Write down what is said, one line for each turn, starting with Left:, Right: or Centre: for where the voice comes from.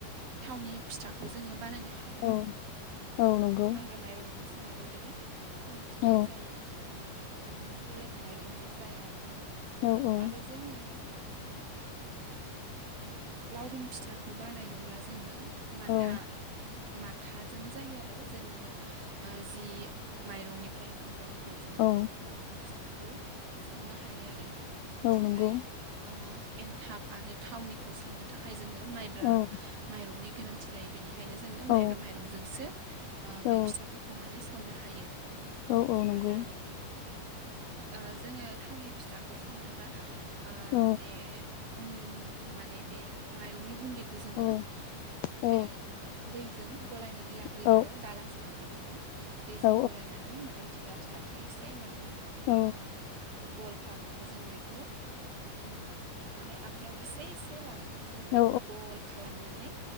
Right: थावनि फिथाखौ जोङो बानायनो हा हायो
Left: औ
Right: आरो
Left: औ नंगौ
Right: माइब्रा माइरंजोंसो माने बे थावनि फिथाया
Left: औ
Right: जायो ओ गुबुन बेलेग माइरंजो जाया आरो जों
Left: औ औ।
Right: आरो जोङो उम लावदुम फिथाखौ बानायनोब्ला जोङो माथा
Left: औ
Right: माथाजोंनो जायो आरो जोङो। ओ जि माइरंनिफ्राय ओंखाम जायो बेजोंनो
Left: औ औ
Right: माने लावदुम फिथाखौ सावनो हायो आरो
Left: औ
Right: नाथाय
Left: नंगौ
Right: आ एनथाब आरो थावनिखौ सावनो थाखाय जोंनो माइब्रा
Left: औ
Right: माइरंनि गोनांथि जायो बेनि खायनो जोङो
Left: औ
Right: माइब्रा माइरंजोंसो ओ
Left: औ
Right: बे फिथाफोरखौ माने सावनो हायो।
Left: औ औ नंगौ
Right: आरो ओ जोङो थावनि फिथाखौ सावनोबा ओ
Left: औ
Right: बे उन गुन माने बे माइरंनि गुन्दैखौ जोङो
Left: औ औ
Right: ओ दैजों गलायनानै ग्रोयो
Left: औ
Right: आरो दालाफोराव बिदिनो दैजों
Left: औ
Right: गलायनानै माने बिदि लाथो लाथो एसे माने
Left: औ
Right: ओ गल खालामनानै जोङो बेखौ उम माने आखाइयाव एसे एसे लानानै जोङो बेखौ
Left: औ
Right: गल खालामनानै